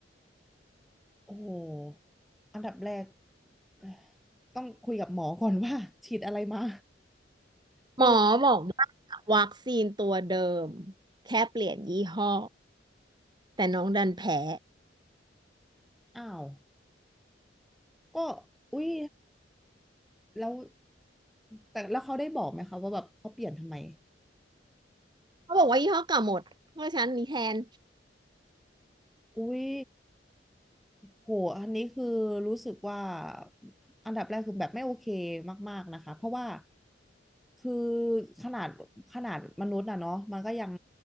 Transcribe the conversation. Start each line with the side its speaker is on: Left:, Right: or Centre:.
Centre: โอ้โหอันดับแรกเอ่อต้องคุยกับหมอก่อนว่า <laughs> ฉีดอะไรมา <laughs>
Right: หมอบอกว่าวัคซีนตัวเดิม
Centre: คือ
Right: แค่เปลี่ยนยี่ห้อแต่น้องดันแพ้
Centre: อ้าวก็อุ้ยแล้วแต่แล้วเขาได้บอกไหมคะว่าแบบเขาเปลี่ยนทำไม
Right: เขาบอกว่ายี่ห้อเก่าหมดเพราะฉะนั้นมีแทน
Centre: อุ๊ยโหอันนี้คือรู้สึกว่าอันดับแรกคือแบบไม่โอเคมากๆนะคะ เพราะว่าคือขนาดขนาดมนุษย์น่ะเนาะมันก็ยัง